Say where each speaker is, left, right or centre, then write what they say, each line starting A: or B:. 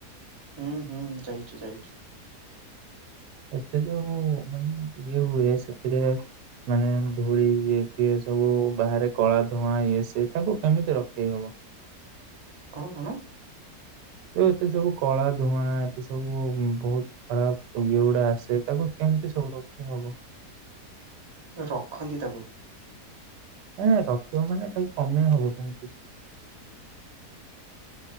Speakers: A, on the right (about 25°); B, on the right (about 85°).
A: ହୁଁ ହୁଁ ଯାଇଛୁ ଯାଇଛୁ।
B: ଏତେ ଯ ମାନେ ଇଏ ହୁଏ ସେଥିରେ ମାନେ ଧୂଳି ଇଏ ସିଏ ସବୁ ବାହାରେ କଳା ଧୂଆଁ ଇଏ ସିଏ ତାକୁ କେମିତି ରଖେଇ ହବ। <inaudible>
A: କଣ କଣ?
B: ଯ ଏତେ ସବୁ କଳା ଧୂଆଁ ଏତେ ସବୁ ବହୁତ ଖରାପ ଇଏ ଗୁଡା ଆସେ ତାକୁ କେ ଏମିତି ସବୁ ରୋକି ହବ।
A: ରଖନ୍ତି ତାକୁ
B: ନାଇ ନାଇଁ <unintelligible> ରଖି ମାନେ ତାକୁ କମେଇ ହବ କେମିତି